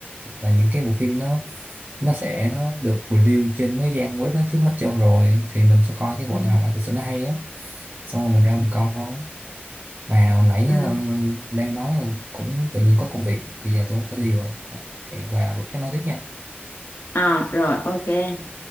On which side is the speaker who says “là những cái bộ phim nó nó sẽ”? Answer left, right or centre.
Right